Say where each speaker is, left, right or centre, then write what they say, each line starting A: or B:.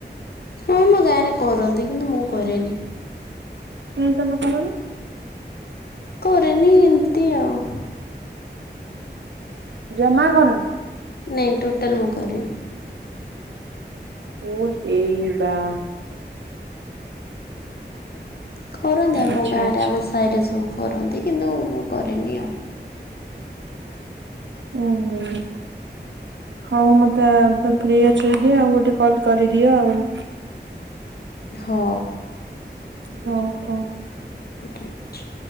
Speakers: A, on the left (about 60°); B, on the right (about 85°).
A: ହଁ ଆମ ଗାଁରେ କରନ୍ତି କିନ୍ତୁ ମୁଁ କରେନି।
B: କାହିଁ ତମେ କରନି?
A: କରେନି ଏମତି ଆଉ।
B: ଜମା କରନି।
A: ନାଇଁ ଟୋଟାଲ୍ ମୁଁ କରେନି।
B: ଓ ହେଇ ବା।
A: କରନ୍ତି ଆମ
B: ଆଚ୍ଛା
A: ଗାଁରେ
B: ଆଚ୍ଛା
A: ଆମ ସାଇରେ ସବୁ କରନ୍ତି କିନ୍ତୁ ମୁଁ କରେନି ଆଉ।
B: ଉଁ ହୁଁ। ହଉ ମତେ ତମେ ଫ୍ରି ଅଛି ଯଦି ଆଉ ଗୋଟେ କଲ୍ କରିଦିଅ ଆଉ।
A: ହଉ।
B: ହଉ ହଉ।
A: ଓ ଠିକ୍ ଅଛି।